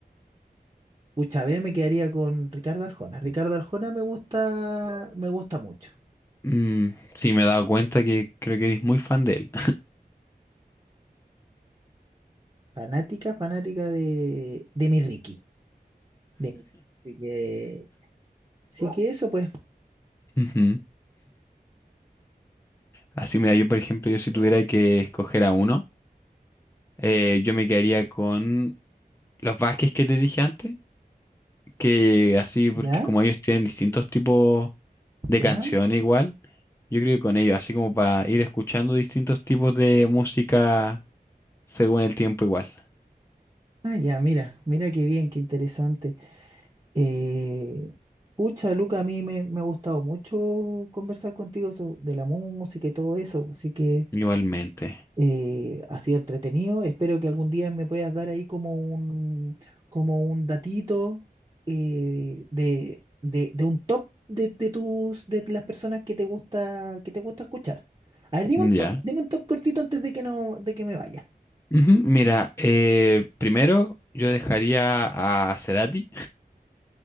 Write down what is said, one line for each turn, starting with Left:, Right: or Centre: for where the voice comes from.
Right: Pucha, a ver, me quedaría con Ricardo Arjona. Ricardo Arjona me gusta, me gusta mucho.
Left: Mm, sí, me he dado cuenta que creo que eres muy fan de él.
Right: Fanática, fanática de, de mi Ricky. De mi- Así que, sí que eso, pues.
Left: <laughs> Ujú. Así, mira, yo por ejemplo, yo si tuviera que escoger a uno, eh, yo me quedaría con los Vázquez que te dije antes, que así,
Right: Ya,
Left: porque como ellos tienen distintos tipos de
Right: ya,
Left: canciones igual, yo creo que con ellos, así como para ir escuchando distintos tipos de música según el tiempo igual.
Right: ah, ya, mira, mira qué bien, qué interesante. Eh, pucha, Luca, a mí me, me ha gustado mucho conversar contigo so- de la música y todo eso. Así que.
Left: Igualmente.
Right: Eh, ha sido entretenido. Espero que algún día me puedas dar ahí como un, como un datito eh, de, de, de un top de, de tus, de las personas que te gusta, que te gusta escuchar. A ver, dime
Left: Ya.
Right: un top, dime un top cortito antes de que no, de que me vaya.
Left: Ujú, Mira, eh, primero yo dejaría a Cerati.